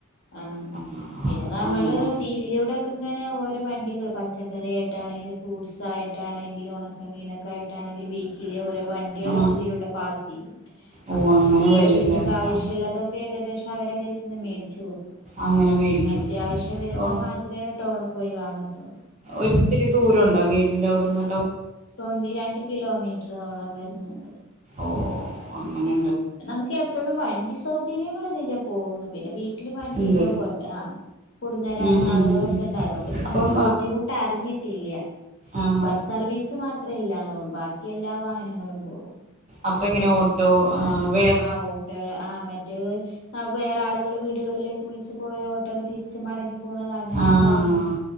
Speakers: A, on the left; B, on the right.
A: ആഹ്.
B: ആ
A: പിന്നെ നമ്മള്
B: അങ്ങനെ
A: ഇതിലൂടൊക്കെ ഇങ്ങനെ ഓരോ വണ്ടികള് പച്ചക്കറിയായിട്ടാണെങ്കിലും, ഫ്രൂട്‌സായിട്ടാണെങ്കിലും, ഒണ- ണക്കമീനൊക്കെ ആയിട്ടാണെങ്കിലും വീക്കിലെ ഓരോ വണ്ട്യാളൊക്കെ
B: ആ
A: ഇതിലൂടെ പാസ യ്യും.
B: ഓ അങ്ങനെ
A: നമ്മളെ
B: വരൂല്ലേ
A: വീട്ട്ക്ക് ആവശ്യള്ളതൊക്കെ
B: ആ
A: ഏകദേശം അവരെ കയ്യ് നിന്ന് മേടിച്ച്‌ വെക്കും.
B: അങ്ങനെ മേടിക്കും
A: പിന്നെ അത്യാവശ്യം വരുന്നത്
B: ഓ
A: മാത്രോയണ് ടനണ് പോയി വാങ്ങത്തുള്ളൂ.
B: ഒത്തിരി ദൂരണ്ടോ വീടിന്റെ അവിടന്ന്?
A: ടനണ്ലി രണ്ട് കിലോമീറ്ററോളം വരുന്നുണ്ട്.
B: ഓഓഹ് അങ്ങനെ
A: നമുക്ക് എപ്പോഴും വണ്ടി സൗകര്യങ്ങൾ ഇതിലെ പോകുന്നു പിന്നെ പി ട്ടില് വണ്ടി
B: ഉണ്ട്
A: ണ്ടാവും കൊണ്ട് ആഹ് കൊട്ന്നരാനോ
B: ഉം ഉം ഉം
A: ആളുകളൊക്കെ
B: ഉം.
A: ണ്ട് അതോണ്ട് പിന്നെ
B: അപ്പം
A: അത്ര ബുദ്ധിമുട്ട് അറിഞ്ഞിട്ടില്ല.
B: ആഹ് ആഹ്
A: ബസ്സ് സർവീസ് മാത്രേ ഇല്ലാന്നുള്ളൂ ബാക്കി എല്ലാ വാഹനങ്ങളും പോകും.
B: അപ്പ എങ്ങനെ ഓട്ടോ ആഹ് വ്
A: ആഹ് ഓട്ടോ ആഹ് മറ്റേ വേ ആഹ് വേറെ ആളുകൾ വീടുകളിലേക്ക് വിളിച്ച് പോയ ഓ ട്ടൊക്കെ തിരിച്ച് മടങ്ങി പോണത് അങ്ങനെ
B: ആഹ്
A: ണ്ടാകും